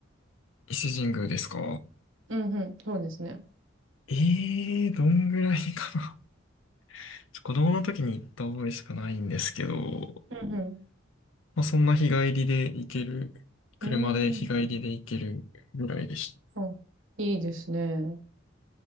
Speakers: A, on the left; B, on the right.
A: 伊勢神宮ですか
B: うんうん、そうですね。
A: ええー、どんぐらいかな。<laughs> 子供の時に行った覚えしかないんですけど、
B: うん
A: まあ、そんな日帰りで行ける、車で日帰りで行けるぐらいでし
B: うん。うーん。あ、いいですね。